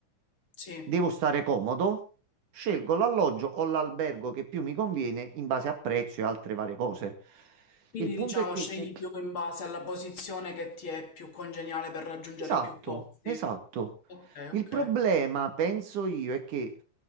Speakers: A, on the left; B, on the right.
A: sì.
B: Devo stare comodo, scelgo l'alloggio o l'albergo che più mi conviene in base a prezzo e altre varie cose.
A: Quindi
B: Il punto
A: diciamo
B: è che
A: scegli
B: se
A: più in base alla posizione che ti è più congeniale per raggiungere
B: Esatto,
A: più posti.
B: esatto.
A: Ok,
B: Il
A: ok,
B: problema, penso io, è che